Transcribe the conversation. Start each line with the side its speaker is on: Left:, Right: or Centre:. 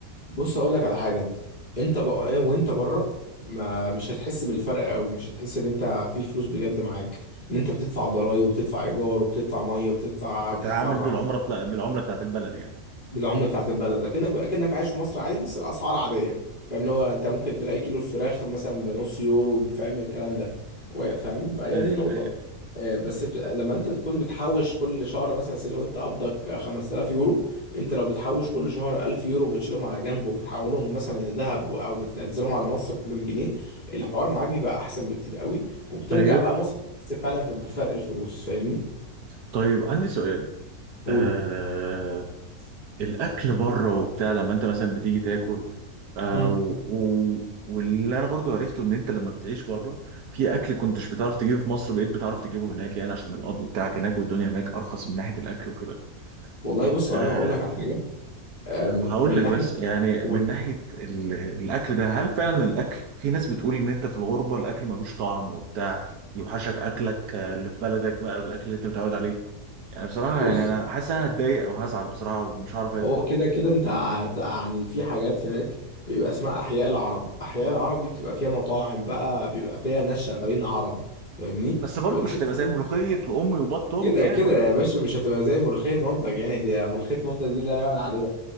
Left: بص اقول لك على حاجه انت بقى وانت بره ما مش هتحس بالفرق قوي مش هتحس ان انت في فلوس بجد معاك ان انت بتدفع ضرايب وبتدفع ايجار وبتدفع ميه وبتدفع
Right: تتعامل
Left: بتدفع كهرباء
Right: بالعمله بتاع بالعمله بتاعت البلد يعني
Left: بالعمله بتاعت البلد اكنك اكنك عايش في مصر عادي بس الاسعار عاديه فاهم اللي هو انت ممكن تلاقي كيلو الفراخ مثلا بنص يورو فاهم الكلام ده و- فاهم فهي
Right: ايوه
Left: دي النقطه
Right: ايوه
Left: آه، بس بت- لما انت تكون بتحوش كل شهر مثلا سي لو انت قبضك 5000 يورو انت لو بتحوش كل شهر 1000 يورو بتشيلهم على جنب وبتحولهم مثلا لذهب او بتنزلهم على مصر بالجنيه الحوار معاك بيبقى احسن بكتير قوي وبترجع
Right: طيب
Left: بقى مصر تحس فعلا في- بفرق الفلوس فاهمني
Right: طيب عندي سؤال
Left: قول
Right: آه الاكل بره وبتاع لما انت مثلا بتيجي تاكل آه
Left: مم.
Right: و... و... واللي انا برضو عرفته ان انت لما بتعيش بره في اكل كنتش بتعرف تجيبه في مصر بقيت بتعرف تجيبه هناك يعني عشان القبض بتاعك هناك والدنيا هناك ارخص من ناحيه الاكل وكده
Left: والله بص
Right: آه...
Left: يا معلم هقول لك على حاجه آه، من
Right: هقول
Left: من
Right: لك
Left: ناحيه
Right: بس يعني
Left: قول.
Right: من ناحية ال- الأكل ده هل فعلا الأكل في ناس بتقول إن أنت في الغربة الأكل ملوش طعم وبتاع يوحشك أكلك آه، اللي في بلدك بقى الأكل اللي أنت متعود عليه يعني بصراحة
Left: بص
Right: يعني أنا حاسس إن أنا هتضايق أو هزعل بصراحة ومش هعرف آكل
Left: هو كده كده انت هت- يعني في حاجات هناك بيبقى اسمها احياء العرب احياء العرب دي بتبقى فيها مطاعم بقى بيبقى فيها ناس شغالين عرب فاهمني
Right: بس برضه
Left: فبتحس
Right: مش هتبقى زي
Left: ان-
Right: ملوخية وأمي وبط أمي
Left: كده
Right: يعني
Left: كده يا باشا مش هتبقى زي ملوخية مامتك يعني دي ملوخية مامتك دي لا يعلى عليها